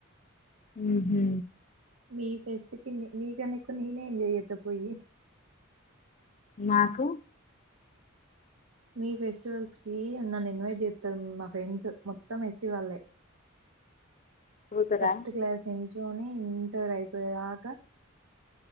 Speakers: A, on the left; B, on the right.
A: హ్మ్ హు
B: మీ ఫెస్ట్ కి మీ కన్నా ఎక్కువ నేనే ఎంజాయ్ చేతా పోయి
A: నాకు
B: మీ ఫెస్టివల్స్ కి నన్ను ఇన్వైట్ చేస్తారు మా ఫ్రెండ్స్ మొత్తం ఫెస్టివల్
A: పోతరా
B: ఫస్ట్ క్లాస్ నించ ఉ అయిపోయేదాకా